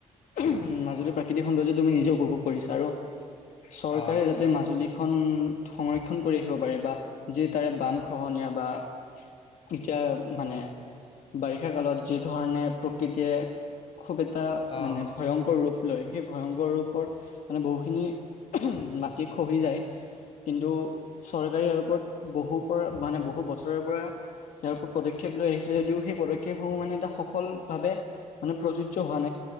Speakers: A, on the left; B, on the left.
A: উম মাজুলীৰ
B: অ
A: প্ৰাকৃতিক সৌন্দৰ্য তুমি নিজে উপভোগ কৰিছা আৰু চৰকাৰে
B: অ
A: যাতে মাজুলীখন সংৰক্ষণ কৰি ৰাখিব পাৰে বা যি তাৰে বান খহনীয়া বা এতিয়া মানে বাৰিষা কালত যি ধৰণে প্ৰকৃতিয়ে খুব এটা
B: অ
A: মানে ভয়ংকৰ ৰূপ লয় সেই ভয়ংকৰ ৰূপৰ মানে বহুখিনি মাটি খহি যায় কিন্তু চৰকাৰী ওপৰত বহু পৰা মানে বহু বছৰৰেৰ পৰা ইয়াৰ ওপৰত পদক্ষেপ লৈ আহিছে যদিও সেই পদক্ষেপসমূহ মানে এটা সফল ভাৱে মানে প্ৰযোজ্য হোৱা